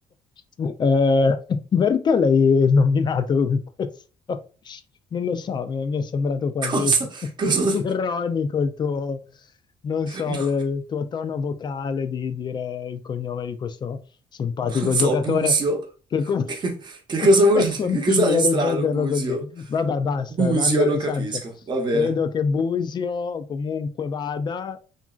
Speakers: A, on the left (about 40°); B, on the right (about 40°).
A: Eh, perché l'hai nominato con questo? Non lo so, mi mi è sembrato quasi
B: <laughs> Cosa?
A: <laughs>
B: Cosa?
A: ironico il tuo, non so,
B: no,
A: le- il tuo tono vocale di dire il cognome di questo simpatico
B: non so,
A: giocatore
B: Busio?
A: che, com-
B: Che,
A: <laughs>
B: che cosa vuol
A: che
B: dire?
A: continui
B: Che cosa ha di
A: a
B: strano
A: ripeterlo
B: Busio?
A: così. Vabbè, basta,
B: Busio,
A: manda alle
B: non capisco,
A: ciance.
B: va bene.
A: Credo che Busio, comunque vada,